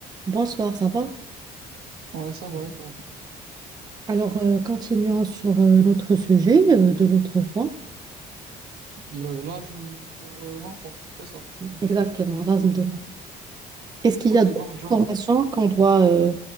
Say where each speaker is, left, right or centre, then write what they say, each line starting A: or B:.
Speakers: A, on the right; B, on the right.
A: Bonsoir, ça va?
B: Ouais, ça va, et toi?
A: Alors, euh, continuons sur euh, notre sujet euh, de l'autre fois.
B: Euh, l'asthme pour euh, l'enfant, c'est ça.
A: Exactement, l'asthme de l'enfant. Est-ce qu'il
B: Ok,
A: y a d'autres
B: donc j'avais
A: formations qu'on doit, euh,